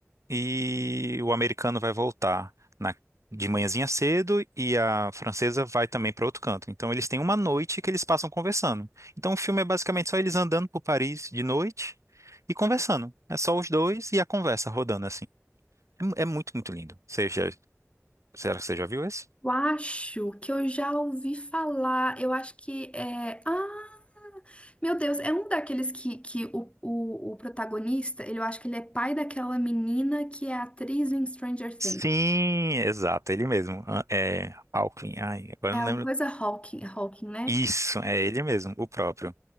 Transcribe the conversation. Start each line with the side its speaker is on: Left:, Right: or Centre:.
Right: e o americano vai voltar na- de manhãzinha cedo e a francesa vai também para outro canto. Então eles têm uma noite que eles passam conversando. Então o filme é basicamente só eles andando por Paris de noite e conversando. É só os dois e a conversa rodando assim. É, mu- é muito, muito lindo. Você já, será que você já viu esse?
Left: Eu acho que eu já ouvi falar. Eu acho que é. Ah, meu Deus, é um daqueles que, que o, o, o protagonista, ele, eu acho que ele é pai daquela menina que é atriz em Stranger Things.
Right: Sim, exato, ele mesmo. Ah, É Alckmin. Ai, agora
Left: É
Right: eu
Left: alguma
Right: não lembro.
Left: coisa Hawking, Hawking, né?
Right: Isso, é ele mesmo, o próprio.